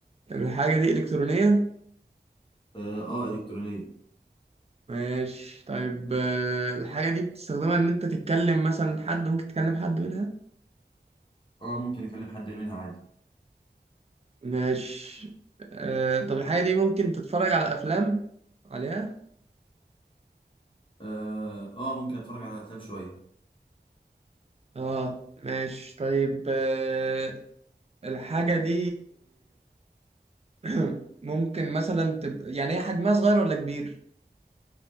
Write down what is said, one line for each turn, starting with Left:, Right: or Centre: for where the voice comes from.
Right: الحاجة دي إلكترونية
Left: اه آه، إلكترونية
Right: ماشي طيب آه، الحاجة دي بتستخدمها إن أنت تتكلم مثلا حد ممكن تكلم حد منها
Left: اه ممكن اكلم حد منها عادي
Right: ماشي آه، طب الحاجة دي ممكن تتفرج على أفلام عليها
Left: اه آه، ممكن اتفرج على افلام شوية
Right: اه ماشي طيب آه، الحاجة دي <clears throat> ممكن مثلا تبقى يعني هي حجمها صغير ولا كبير